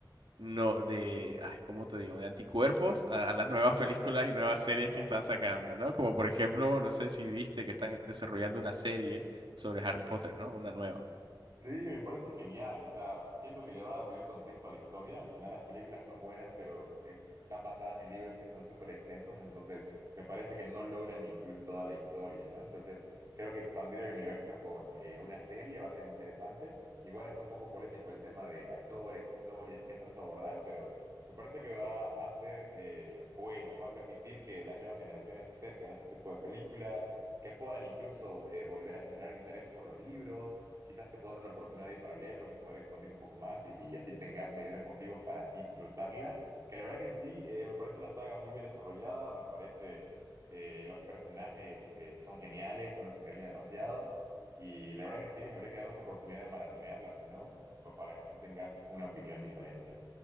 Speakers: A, on the right; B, on the right.
A: no, de, ay, ¿cómo te digo?, de anticuerpos a, a las nuevas películas
B: <laughs>
A: y nuevas series que están sacando, ¿no? Como por ejemplo, no sé si viste que están desarrollando una serie sobre Harry Potter, ¿no? Una nueva.
B: Sí, me parece genial. O sea, siento que le va a dar mayor contexto a la historia. Al final las películas son buenas, pero están basadas en libros que son súper extensos, entonces me parece que no logran incluir toda la historia, ¿no? Entonces creo que expandir el universo con eh, una serie va a ser interesante. Igual está un poco polémico el tema de actores, historias, qué tanto abordar, pero me parece que va, va a ser eh, bueno, va a permitir que las nuevas generaciones se acerquen a este tipo de películas, que puedan incluso eh, volver a generar interés por los libros quizás te puedas dar una oportunidad ahí para leerlos y poder expandir un poco más y, y así tengas mayores motivos para disfrutarla, que la verdad que en sí eh, me parece una saga muy bien desarrollada, me parece eh, los personajes eh, son geniales, uno se encariña demasiado y la verdad que sí, habría que darnos la oportunidad de maratonearla, si no, pa- para que sí tengas una opinión diferente.